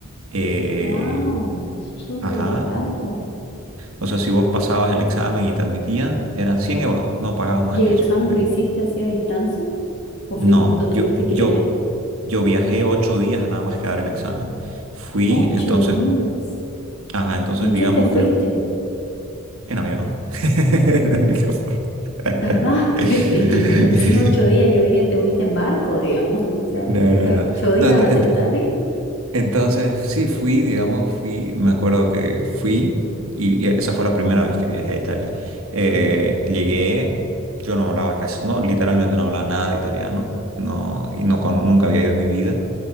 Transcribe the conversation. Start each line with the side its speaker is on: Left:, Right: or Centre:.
Right: eh,
Left: Wow. Súper
Right: ajá.
Left: barato.
Right: O sea, si vos pasabas el examen y te admitían, eran 100 euros, no pagabas más
Left: ¿Y
Right: que
Left: el examen
Right: eso. eh.
Left: lo hiciste así a distancia? ¿O
Right: No,
Left: fuiste, o
Right: yo,
Left: tuviste que
Right: yo,
Left: ir allá?
Right: yo viajé ocho días a nada más que dar el examen. Fui,
Left: Ocho
Right: entonces,
Left: días.
Right: ajá, entonces
Left: ¿En qué
Right: digamos
Left: te fuiste?
Right: que en avión. <laughs> La única forma. <laughs>
Left: ¿Verdad? E- Es que me decís ocho días, yo dije, te fuiste en barco, digamos, <laughs> o sea,
Right: No, no,
Left: eh,
Right: no.
Left: ocho días
Right: No, ent-
Left: hasta
Right: ent-
Left: Italia.
Right: entonces sí fui, digamos, fui, me acuerdo que fui y, y esa fue la primera vez que viajé a Italia. Eh, llegué, yo no hablaba casi, no, literalmente no hablaba nada de italiano, no, y no con, nunca había ido en mi vida.